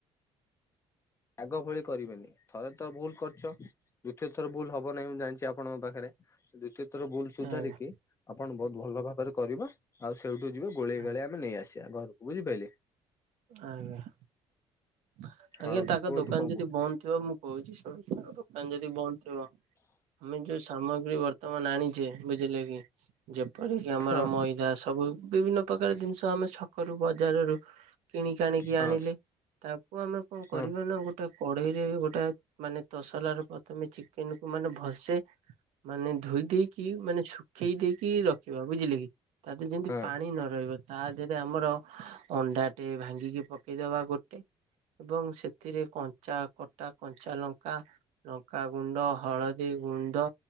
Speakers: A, on the left; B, on the right.
A: ଆଗ ଭଳି କରିବେନି ଥରେ ତ ଭୁଲ୍ କରିଚ ଦ୍ୱିତୀୟ ଥର ଭୁଲ୍ ହବ ନାହିଁ ମୁଁ ଜାଣିଚି ଆପଣଙ୍କ ପାଖରେ ଦ୍ଵିତୀୟ ଥର ଭୁଲ୍ ସୁଧାରିକି
B: ଆଜ୍ଞା।
A: ଆପଣ ବହୁତ୍ ଭଲଭାବରେ କରିବା ଆଉ ସେଇଠୁ ଯିବେ। ଗୋଳେଇ
B: ଆଜ୍ଞା
A: ଗାଳି ଆମେ ନେଇ ଆସିବା ଘରକୁ ବୁଝିପାରିଲେ।
B: ଆଜ୍ଞା
A: ହଉ
B: ତାଙ୍କ
A: କୁହନ୍ତୁ
B: ଦୋ ଦୋକାନ
A: କଣ
B: ଯଦି
A: କହୁଛନ୍ତି
B: ବନ୍ଦ ଥିବ ମୁଁ କହୁଚି ଶୁଣନ୍ତୁ ଦୋକାନ ଯଦି ବନ୍ଦ ଥିବ। ଆମେ ଯୋଉ ସାମଗ୍ରୀ ବର୍ତ୍ତମାନ ଆଣିଚେ ବୁଝିଲେ କି ଯ ଏପରିକି ଆମର
A: ହଁ
B: ମଇଦା ସବୁ ବିଭିନ୍ନ ପ୍ରକାର ଜିନିଷ ଆମେ ଛକରୁ ବଜାରରୁ କିଣିକି ଆଣିକି
A: ହଁ
B: ଆଣିଲେ ତାକୁ ଆମେ କଣ
A: ହଁ
B: କରିବା ନାଁ ଗୋ ଗୋଟେ କଢେଇରେ ଗୋଟେ ମାନେ ତସଲ ର ପ୍ରଥମେ ଚିକେନ୍ କୁ ମାନେ ଭସେ ମାନେ ଧୋଇ ଦେଇ କି ମାନେ ଶୁଖେଇ ଦେଇକି ରଖିବା ବୁଝିଲେ କି ତା ଦେହରେ ଯେମିତି
A: ହଁ।
B: ପାଣି ନ ରହିବା ତା ଦେହରେ ଆମ ଆମର ଅଣ୍ଡା ଟେ ଭାଙ୍ଗିକି ପକେଇଦବା ଗୋଟେ ଏବଂ ସେଥିରେ କଞ୍ଚା କଟା କଞ୍ଚା ଲଙ୍କା। ଲଙ୍କା ଗୁଣ୍ଡ ହଳଦୀ ଗୁଣ୍ଡ